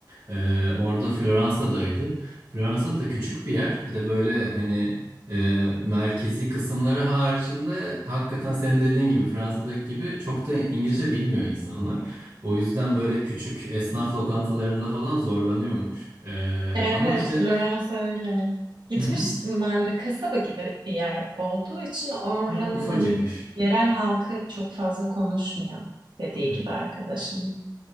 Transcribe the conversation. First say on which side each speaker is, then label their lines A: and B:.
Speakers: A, on the right; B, on the right.
A: Ee, orada Floransa'daydı. Floransa da küçük bir yer. Bir de böyle hani e, merkezi kısımları haricinde hakikaten senin dediğin gibi Fransa'daki gibi çok da İngilizce bilmiyor insanlar. O yüzden böyle küçük esnaf lokantalarında falan zorlanıyormuş. Ee,
B: Evet,
A: ama işte
B: Floransa öyle. Gitmiştim
A: hı hı,
B: ben de kasaba gibi bir yer olduğu için oranın
A: ha, ufacıkmış.
B: hani yerel halkı çok fazla konuşmuyor dediği
A: Hı.
B: gibi arkadaşın.